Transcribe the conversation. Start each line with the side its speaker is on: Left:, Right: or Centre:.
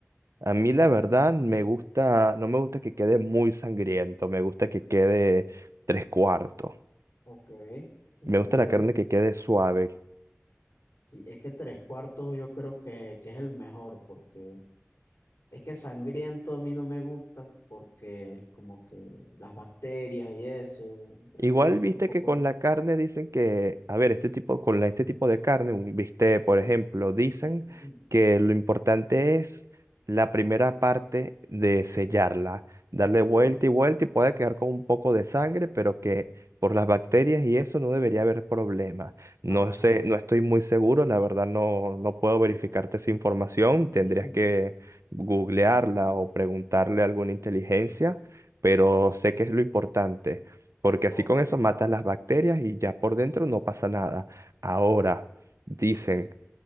Right: A mí la verdad me gusta, no me gusta que quede muy sangriento, me gusta que quede tres cuartos.
Left: Ok, entendible.
Right: Me gusta la carne que quede suave,
Left: Sí, es que tres cuartos yo creo que, que es el mejor, porque es que sangriento a mí no me gusta, porque es como que las bacterias y eso, prefiero
Right: Igual
Left: que esté
Right: viste
Left: un poco...
Right: que con la carne dicen que, a ver, este tipo, con la- este tipo de carne, un bistec, por ejemplo, dicen
Left: <clears throat>
Right: que lo importante es la primera parte de sellarla, darle
Left: Ok,
Right: vuelta y vuelta y puede quedar con un poco de sangre, pero que por las bacterias y eso no debería haber problema. No
Left: ah,
Right: sé,
Left: ok,
Right: no estoy muy seguro, la verdad no, no puedo verificarte esa información,
Left: <clears throat>
Right: tendrías que googlearla o preguntarle a alguna inteligencia, pero sé que es lo importante porque
Left: ok,
Right: así con eso matas las bacterias y ya por dentro no pasa nada. Ahora, dicen